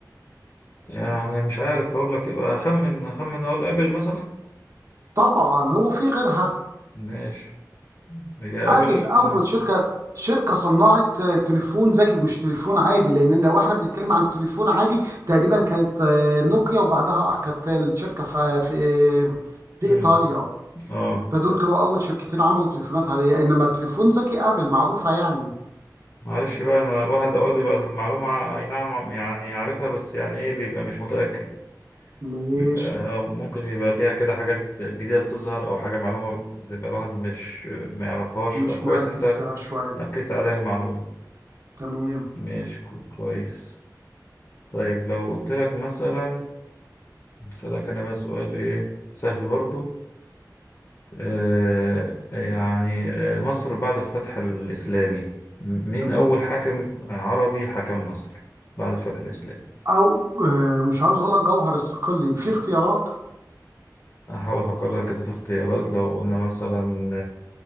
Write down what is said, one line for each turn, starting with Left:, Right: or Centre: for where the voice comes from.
Left: يعني مش عارف أقول لك يبقى أخمن أخمن أقول أبل مثلا
Right: طبعا هو في غيرها
Left: ماشي هي
Right: ابل
Left: أبل
Right: اول
Left: امم
Right: شركة شركة صنعت آه، تليفون ذكي مش تليفون عادي لان لو احنا بنتكلم عن تليفون عادي تقريبا كانت آه، نوكيا وبعدها اركاتيل شركة في في في
Left: امم
Right: ايطاليا
Left: اه
Right: فدول كانوا اول شركتين عملوا تليفونات عاديه انما تليفون ذكي ابل معروفه يعني
Left: معلش بقى أنا الواحد أوقات بيبقى المعلومة أي نعم يعني عارفها بس يعني إيه بيبقى مش متأكد
Right: مش
Left: بيبقى آه، ممكن يبقى فيها كده حاجات جديدة بتظهر أو حاجة معلومة بتبقى الواحد مش ما يعرفهاش
Right: مش
Left: فكويس
Right: مركز
Left: أنت
Right: فيها شويه
Left: أكدت عليا المعلومة
Right: تمام
Left: ماشي كو- كويس طيب لو قلت لك مثلا أسألك أنا بقى سؤال إيه سهل برضو آه يعني آه مصر بعد الفتح الإسلامي م- مين
Right: تمام
Left: أول حاكم عربي حكم مصر بعد الفتح الإسلامي
Right: او آه، مش عاوز اقول لك جوهر الصقلي في اختيارات
Left: هحاول أفكر لك كده في اختيارات لو قلنا مثلا